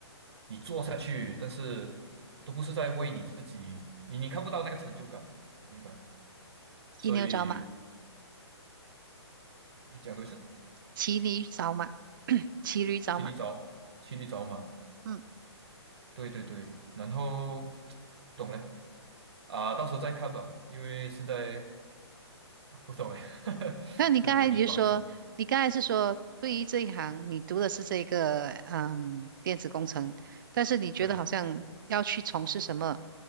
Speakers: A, on the right; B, on the right.
A: 你做下去，但是都不是在为你自己，你你看不到那个成就感，明白？所以
B: 骑牛找马，
A: 讲对是
B: 骑驴找马，<coughs> <clears throat> 骑驴找马。
A: 骑里找骑里找马，
B: 嗯。
A: 对对对，然后懂了。啊，到时候再看吧，因为现在啊不懂哎，<laughs>
B: 但你刚才你就说，
A: 会比较迷茫一些。
B: 你刚才是说，对于这一行，你读的是这个嗯电子工程，但是你觉得好像要去从事什么，
A: 对